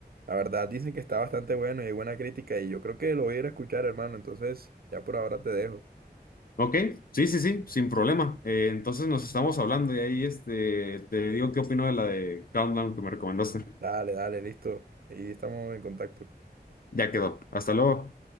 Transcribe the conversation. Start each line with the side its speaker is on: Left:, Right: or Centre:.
Right: La verdad dicen que está bastante bueno y hay buena crítica y yo creo que lo voy a ir a escuchar, hermano, entonces ya por ahora te dejo.
Left: Ok, sí, sí, sí, sin problema. Eh, entonces nos estamos hablando y ahí este, te digo qué opino de la de Countdown que me recomendaste.
Right: Dale, dale, listo. Ahí estamos en contacto.
Left: Ya quedó. Hasta luego.